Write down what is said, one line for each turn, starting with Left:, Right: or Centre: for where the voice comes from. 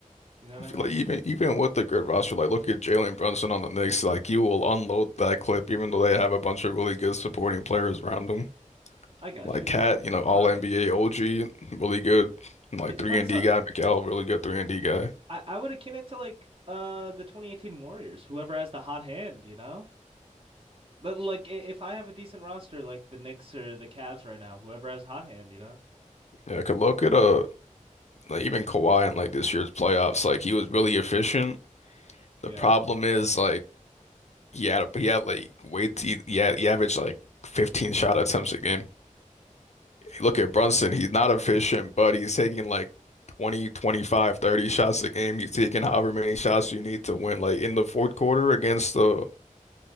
Right: You know what
Left: I feel
Right: I mean?
Left: like even even with the good roster, like look at Jalen Brunson on the Knicks, like you will unload that clip, even though they have a bunch of really good supporting players around them.
Right: I got
Left: Like
Right: you,
Left: Cat, you know, all
Right: but
Left: NBA OG, really good, and, like
Right: it depends
Left: three and D
Right: on.
Left: guy, Miguel, really good three and D guy.
Right: I, I would akin it to like uh the 2018 Warriors, whoever has the hot hand, you know? But like i- if I have a decent roster like the Knicks or the Cavs right now, whoever has hot hand, you know?
Left: Yeah, I could look at uh Like even Kawhi in like this year's playoffs, like he was really efficient.
Right: Yeah.
Left: The problem is like he had a, he had like way he, he, had, he averaged like 15 shot attempts a game. Look at Brunson, he's not efficient, but he's taking like 20, 25, 30 shots a game. He's taking however many shots you need to win. Like in the fourth quarter against the,